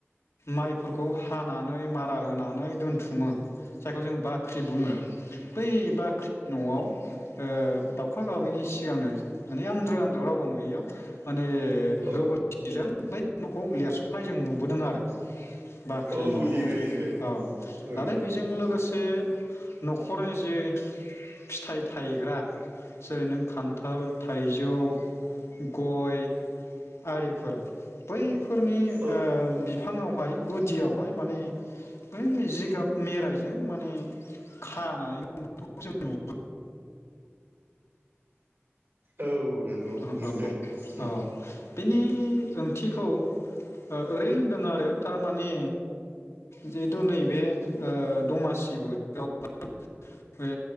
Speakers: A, on the left; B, on the right.
A: माइफोरखौ हानानै मारा होनानै दोनथुमो जायखौ जों बाख्रि बुङो बै बाख्रि न'आव। दाउखा गाबैनि सिगांनो माने आन्द्र आन्द्र रावबो नुयैयाव माने। माने
B: औ
A: गोबोरखिजों। बै न'खौ लिरस'नाय जों नुबोदों आरो। बाख्रि
B: औ
A: न'खौ
B: लिरो लिरो
A: औ
B: औ
A: आरो बेजों लोगोसे। न'खरनि जे फिथाइ। थाइग्रा जेरै नों खान्थाल थाइजौ गय आरिफोर बै। फोरनि ओ बि।
B: औ
A: बिफाङावहाय गुदियावहाय माने बै जिगाब मेरायजों माने खानानैखौ जों नुबो दों।
B: औ नंगौ
A: औ
B: नुदों उम
A: औ बिनि ओंथिखौ ओरै होनदों आरो थारमाने जिहेथु नैबे दमासि बोथोराव बे